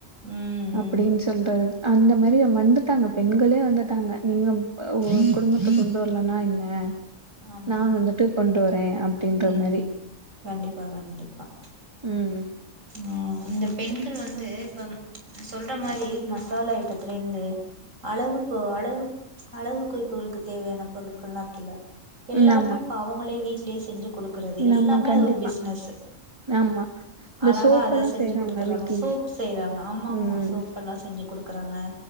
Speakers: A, on the right; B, on the right.
A: ம்
B: அப்பிடின்
A: ம்
B: சொல்ற அந்த மாரி வந்துட்டாங்க பெண்களே வந்துட்டாங்க நீங்க உ குடும்பத்த கொண்டு வர்லனா என்ன
A: ஆமா
B: நா வந்துட்டு கொண்டு வ ருவே அப்டின்ற
A: ம்
B: மாரி
A: கண்டிப்பா கண்டிப்பா
B: ம்
A: ஆ இந்த பெண்கள் வந்து இப்ப சொல்ற மாரி மசாலா ஐட்டத்துலிந்து அழகு பொ அழகு அழகு குறிப்புகளுக்கு தேவையான பொருட்கள்லா இருக்குல்ல எல்லாமே
B: ம் ஆமா,
A: இப்ப அவுங்களே வீட் செஞ்சு குடுக்கறது எல்லாமே
B: ஆமா கண்டிப்பா.
A: அது ஒரு பிசின்ஸு
B: ஆமா. இந்த
A: அழகா
B: சோப்பெல்லாம்
A: அத செஞ்சு
B: செய்றாங்க
A: குடுத்தர்றாங்க
B: வீட்லயே.
A: சோப் செய்றாங்க ஆமாமா
B: ம்.
A: சோப் எல்லா செஞ்சு குடுக்குறாங்க